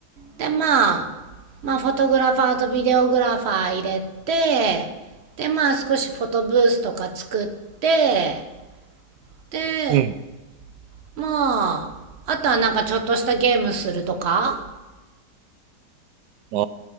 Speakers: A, on the right (about 45°); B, on the right (about 80°).
A: で、まあ、まあフォトグラファーとビデオグラファー入れて、で、まあ少しフォトブースとか作って、で、
B: うん。
A: まあ、あとはなんかちょっとしたゲームするとか。
B: あ